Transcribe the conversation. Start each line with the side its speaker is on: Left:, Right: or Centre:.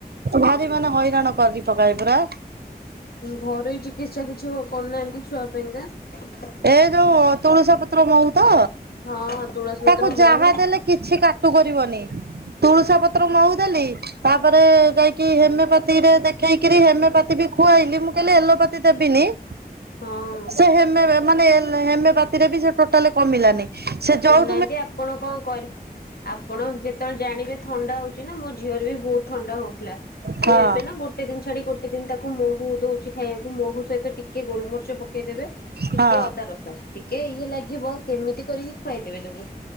Right: ଭାରି ମାନେ ହଇରାଣ କରିିକି ପକଏ ପୁରା।
Left: ଘରେୋଇ ଚିକିତ୍ସା କିଛି କରୁନାହାନ୍ତି ଛୁଆ ପାଇଁକା। <inaudible>
Right: ଏ ଯୋଉ ତୁଳସା ପତ୍ର ମହୁ ତ?
Left: ହଁ ତୁଳସୀ ପତ୍ର
Right: ତାକୁ ଯାହା
Left: ମହୁ
Right: ଦେଲେ କିଛି କାଟୁ କରିବନି। ତୁଳସ ପତ୍ର ମହୁ ଦେଲି। ତାପରେ ଯାଇକି ହେମିଓପାଥିରେ ଦେଖେଇକରି ହେମିଓପାଥି ବି ଖୁଆଇଲି ମୁଁ କହିଲେ ଏଲୋପାଥି ଦେବିନି। <inaudible>
Left: ହଁ।
Right: ସେ ହେମ ମାନେ ଏ ହେମେପତିରେ ବି ସେ ଟୋଟାଲି କମିଲାନି। ସେ ଯୋଉ।
Left: ନାହାନ୍ତି ଆପଣ କଣ କରିବ ଆପଣ ଯେତେବେଳେ ଜାଣିବେ ଥଣ୍ଡା ହଉଛି। ନା ମୋ ଝିଅରେ ବି ବହୁତ ଥଣ୍ଡା ହଉଥିଲା ମୁଁ
Right: ହଁ
Left: ଏବେ ନା ଗୋଟେ ଦିନ ଛାଡି ଗୋଟେ ଦିନ ତାକୁ ମହୁ ଦଉଛି ଖାଇବାକୁ ମହୁ ସହିତ ଟିକେ ଗୋଲମରିଚ ପକେଇଦେବେ ଟିକେ
Right: ହଁ
Left: ଅଦା ରସ ଟିକେ ଇଏ ଲାଗିବ କେମିତି କରିକି ଖୁଆଇଦେବେ ତାକୁ